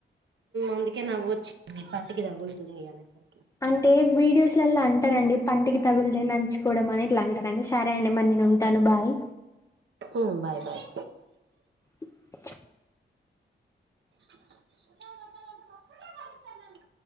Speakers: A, on the right (about 70°); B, on the left (about 15°).
A: అందుకే నవ్వు వచింది పంటికి తగులుతుంది అనేసరికి
B: అంటే వీడియోస్ లలా అంటారండి పంటికి తగులుతే నంచుకోవడం అని ఇట్లా అంటారండి సరే అండి మరి నేనుంటాను బాయ్
A: ఉమ్ బాయ్ బాయ్
B: ఉప్చ్
A: పెట్ పేట వాయిస్తారు నన్ను